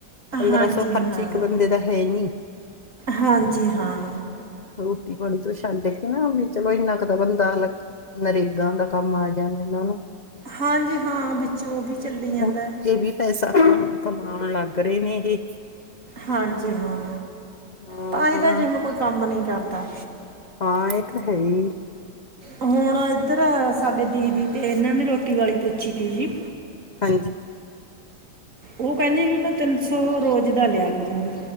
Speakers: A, on the left; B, on the right.
A: ਪੰਦਰਾਂ
B: ਹਾਂਜੀ
A: ਸੌ ਖਰਚ
B: ਹਾਂ
A: ਇੱਕ ਬੰਦੇ ਦਾ ਹੈ ਨੀ।
B: ਹਾਂਜੀ ਹਾਂ।
A: ਰੋਟੀ ਪਾਣੀ ਤੋਂ ਛੱਡ ਕੇ ਨਾ ਵੀ ਚਲੋ ਇੰਨਾ ਕ ਤਾਂ ਬੰਦਾ ਨਰੇਗਾ ਦਾ ਕੰਮ ਆ ਜਾਂਦਾ ਇਹਨਾਂ ਨੂੰ
B: ਹਾਂਜੀ ਹਾਂ ਵਿੱਚ ਉਹ ਵੀ ਚੱਲੀ ਜਾਂਦਾ
A: ਉੱਥੇ ਵੀ ਪੈਸਾ ਕਮ ਕਮਾਣ ਲੱਗ ਰਹੇ ਨੇ ਇਹ
B: ਹਾਂਜੀ ਹਾਂ
A: ਹਾਂ
B: ਤਾਂ ਹੀ ਤਾਂ ਜੀ ਹੁਣ ਕੋਈ ਕੰਮ ਨੀ ਕਰਦਾ।
A: ਹਾਂ ਇਹ ਤਾਂ ਹੈਈ ਆ ਜੀ।
B: ਹੁਣ ਇੱਧਰ ਸਾਡੇ ਦੀਦੀ ਤੇ ਇਹਨਾਂ ਨੇ ਰੋਟੀ ਵਾਲੀ ਪੁੱਛੀ ਤੀ ਜੀ।
A: ਹਾਂਜੀ,
B: ਓ ਕਹਿੰਦੀ ਵੀ ਮੈਂ ਤਿੰਨ ਸੌ ਰੋਜ਼ ਦਾ ਲਿਆ ਕਰੂੰਗੀ।